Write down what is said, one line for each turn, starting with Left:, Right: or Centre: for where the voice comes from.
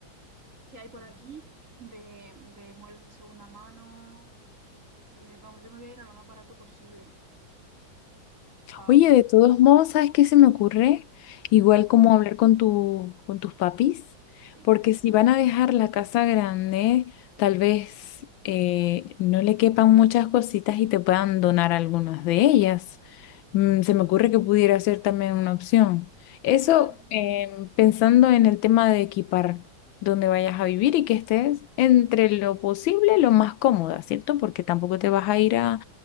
Right: que hay por aquí de, de muebles de segunda mano. de- vamos, yo me voy a ir a lo más barato posible. pa-
Left: Oye, de todos modos, ¿sabes qué se me ocurre? Igual como hablar con tu, con tus papis,
Right: sí,
Left: porque si van a dejar la casa grande, tal vez eh, no le quepan muchas cositas y te puedan donar algunas de ellas. Mm, se me ocurre que pudiera ser también una opción. Eso
Right: claro.
Left: em, pensando en el tema de equipar donde vayas a vivir y que estés entre lo posible, lo más cómoda, ¿cierto? Porque tampoco te vas a ir a